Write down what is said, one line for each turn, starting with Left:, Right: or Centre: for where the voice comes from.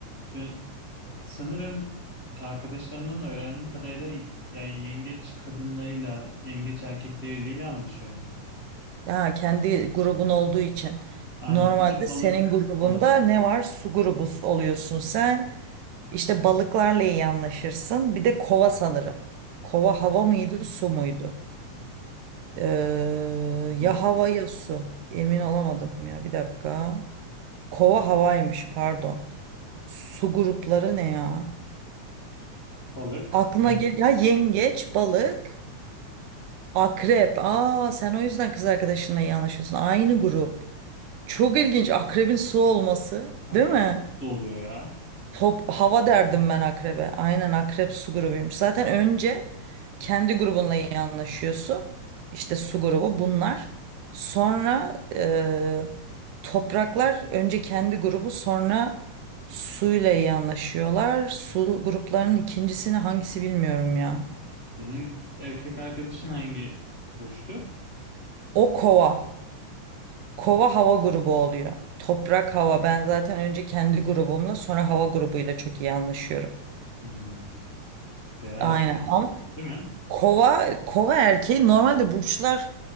Left: Ya, sanırım arkadaşlarımdan öğrendiğim kadarıyla yani yengeç kadınlarıyla, yengeç erkekleriyle iyi anlaşıyorum.
Right: Ha, kendi grubun olduğu için.
Left: Aynen.
Right: Normalde
Left: Bir de balık
Right: senin grubunda
Left: olabilir.
Right: ne var? Su grubu oluyorsun sen. İşte balıklarla iyi anlaşırsın. Bir de kova sanırım. Kova hava mıydı, su muydu? Ee, ya
Left: Bu olması
Right: hava ya
Left: lazım.
Right: su. Emin olamadım ya. Bir dakika. Kova havaymış, pardon. Su grupları ne ya?
Left: Balık,
Right: Aklına
Left: yengeç.
Right: gel ya yengeç, balık, akrep. Aa sen o yüzden kız arkadaşınla iyi anlaşıyorsun. Aynı grup. Çok ilginç akrebin su olması,
Left: Akrep
Right: değil mi?
Left: nasıl oluyor ya?
Right: Top hava derdim ben akrebe. Aynen akrep su grubuymuş. Zaten önce kendi grubunla iyi anlaşıyorsun. İşte su grubu bunlar. Sonra eee, topraklar önce kendi grubu sonra suyla iyi anlaşıyorlar. Su gruplarının ikincisini hangisi bilmiyorum ya.
Left: Senin erkek arkadaşın hangi burçtu?
Right: O kova. Kova
Left: Kol.
Right: hava grubu oluyor. Toprak hava. Ben zaten önce kendi grubumla sonra hava grubuyla çok iyi anlaşıyorum.
Left: Hmm. Terazi
Right: Aynen.
Left: daha
Right: Ama
Left: oluyor değil mi?
Right: kova kova erkeği normalde burçlar